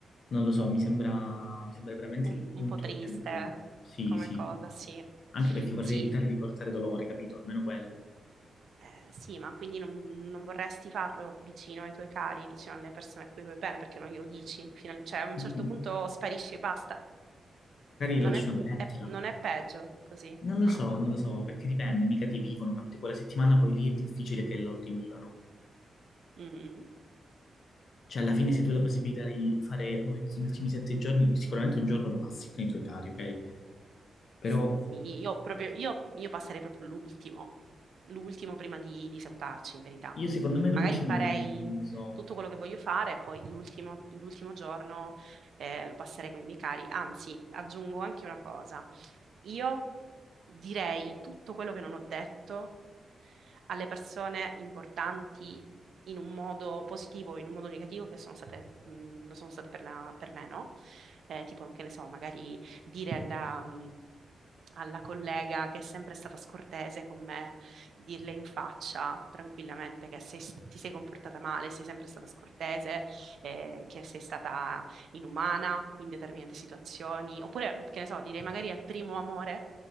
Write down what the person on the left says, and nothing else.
non lo so, mi sembra, mi sembra veramente
il punto
più... più- Sì,
sì,
anche perché vorrei
evitare di portare dolore, capito? Almeno quello.
Magari
lascio
una lettera.
Non lo
so, non lo so, perché dipende, mica ti vivono, capito? Quella settimana poi lì è difficile che loro ti vivano.
Cioè, alla fine, se tu hai la possibilità di fare gli ultimi sette giorni, sicuramente un giorno lo passi con i tuoi cari, ok? Però
io, secondo me, l'ultimo,
non lo so.